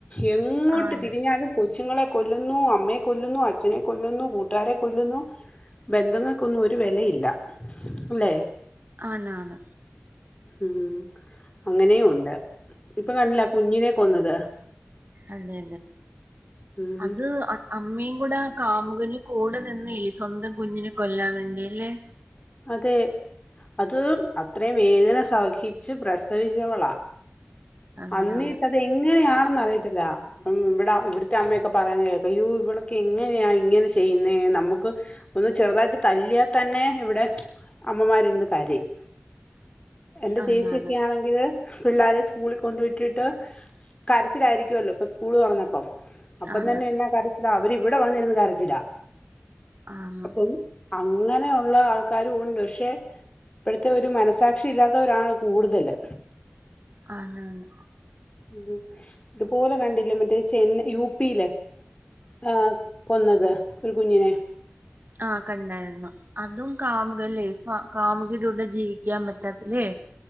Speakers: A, on the left (about 30°); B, on the right (about 50°).
A: എ എങ്ങോട്ട്
B: ആണ്
A: തിരിഞ്ഞാലും കൊച്ചുങ്ങളെ കൊല്ലുന്നു അമ്മയെ കൊല്ലുന്നു അച്ഛനെ കൊല്ലുന്നു കൂട്ടുകാരെ കൊല്ലുന്നു ബന്ധങ്ങൾക്കൊന്നും ഒരു വെലയില്ല അല്ലെ
B: ആണ് ആണ്
A: ഉം അങ്ങനെ ഉണ്ട് ഇപ്പൊ കണ്ടില്ലെ അ കുഞ്ഞിനെ കൊന്നത്
B: അതെ
A: ഉം
B: അതെ അത്അ അമ്മേ കൂടെ ആ കാമുകന് കൂടെ നിന്ന് സ്വന്തം കുഞ്ഞിനെ കൊല്ലാൻ വേണ്ടി അല്ലേ
A: അതെ അത് അത്രയും വേദന സഹിച്ച് പ്രസവിച്ചവളാ
B: അതെയാണ്
A: അന്നിട്ട്ത് എങ്ങനെയാണെന്ന് അറിയത്തില്ല ഉം ഇവടെ ഇവിടത്തെ അമ്മയൊക്കെ പറയെന്ന് കേക്കാ അയ്യോ ഇവിളോക്കെ എങ്ങനെയാ ഇങ്ങനെ ചെയ്യുന്നേ നമ്മുക്ക് ഒന്ന് ചെറുതായിട്ട് തല്ലിയാൽ തന്നെ ഇവിടെ അമ്മമാര് ഇരുന്ന് കരയും എന്റെ
B: ആണാണ്
A: ചേച്ചിക്കെ ആണെങ്കില് പിള്ളേരെ സ്കൂളിൽ കൊണ്ട് വിട്ടിട്ട് കരച്ചിലായിരിക്കല്ലോ സ്കൂൾ തോറന്നപ്പം അപ്പം
B: ആണ്
A: തന്നെ ചില അവര് ഇവിടെ വന്നിരുന്ന് കരച്ചില
B: ആഹ്
A: ആഹ് അങ്ങനെ ഉള്ള ആൾക്കാരും ഉണ്ട് പക്ഷെ ഇപ്പോഴത്തെ ഒരു മനസാക്ഷി ഇല്ലാത്തവരാണ് കൂടുതല്
B: ആന്ന് ആന്ന്
A: ഉം ഇതുപോലെ കണ്ടില്ലേ മറ്റേ ചെന്ന യു പിയില് ആഹ് കൊന്നത് ഒരു കുഞ്ഞിനെ
B: ആഹ് കണ്ടായിരുന്നു അതും കാമുകല്ലേ ക കാമുകിടെകൂടെ ജീവിക്കാൻ പറ്റാത്തല്ലേ